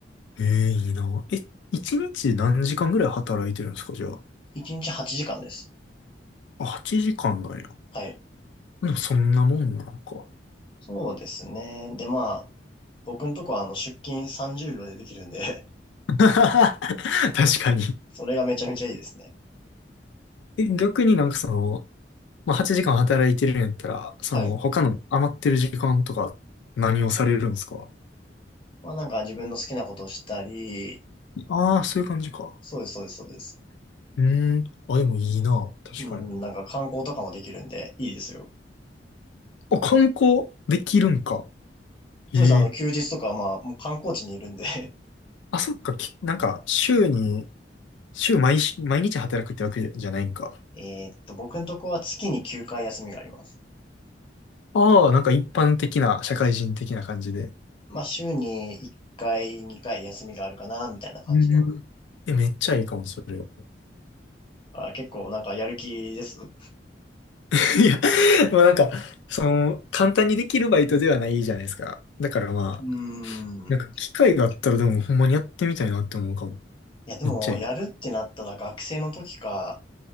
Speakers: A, on the left; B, on the left.
A: ええ、いいな。え、一日何時間ぐらい働いてるんですかじゃあ。
B: 1日8時間です。
A: あ、8時間なんや。
B: はい。
A: でもそんなもんなのか。
B: そうですね。で、まあ、僕んとこはあの出勤30秒でできるんで
A: <laughs> 確かに。
B: <laughs> それがめちゃめちゃいいですね。
A: え、逆になんかその、まあ、8時間働いてるんやったら、その、
B: はい。
A: 他の余ってる時間とか何をされるんですか
B: まあなんか自分の好きなことをしたり、
A: ああー、そういう感じか。
B: そうです、そうです、そうです。
A: うーん。あ、でもいいな。確かに。
B: うん、なんか観光とかもできるんで、いいですよ。
A: あ、観光できるんか。ええ
B: そうですね、あの、休日とかはまあ、もう観光地にいるんで
A: あ、そっか、き、なんか、週に、週毎し、毎日働くってわけじゃないんか。
B: <laughs> えーっと、僕のとこは月に9回休みがあります。
A: ああ、なんか一般的な、社会人的な感じで。
B: まあ、週に1回、2回休みがあるかな、みたいな感じの。
A: うんえ、めっちゃいいかも、それ。<laughs> い
B: あ、結構なんかやる気です。う
A: や、まあなんか、その、簡単にできるバイトではないじゃないですか。だからまあ、
B: ーん。
A: なんか機会があったらでもほんまにやってみたいなって思うかも。
B: いや、でも、
A: めっちゃいい。
B: やるってなったら学生の時か、